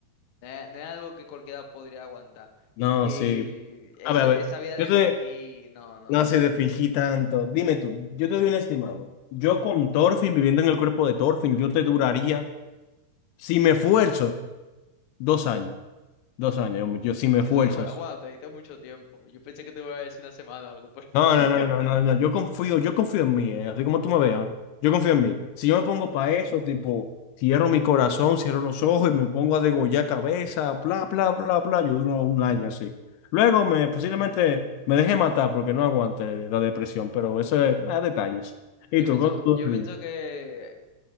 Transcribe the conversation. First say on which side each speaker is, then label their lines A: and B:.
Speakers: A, on the left; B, on the left.
A: no es, no es algo que cualquiera podría aguantar.
B: No,
A: Y
B: sí,
A: esa,
B: A ver, a ver,
A: esa vida
B: yo
A: de
B: te...
A: fingir, no, no,
B: No
A: no.
B: sé, te fingí tanto. Dime tú, yo te doy un estimado. Yo con Thorfinn, viviendo en el cuerpo de Thorfinn, yo te duraría, si me esfuerzo, dos años. Dos años, yo, si me
A: Si
B: esfuerzo.
A: tú te fueras, wow, te diste mucho tiempo. Yo pensé que te iba a decir una semana o algo por el
B: No,
A: estilo.
B: no, no,
A: <laughs>
B: no, no, no, Yo confío, yo confío en mí, eh, Así como tú me veas, eh. yo confío en mí. Si yo me pongo para eso, tipo, cierro mi corazón, cierro los ojos y me pongo a degollar cabeza, bla, bla, bla, bla, yo duro un año así. Luego me posiblemente me deje matar porque no aguante la depresión, pero eso es ah, detalles. ¿Y
A: Yo
B: tú,
A: pienso,
B: cómo tú
A: yo
B: ríes?
A: pienso que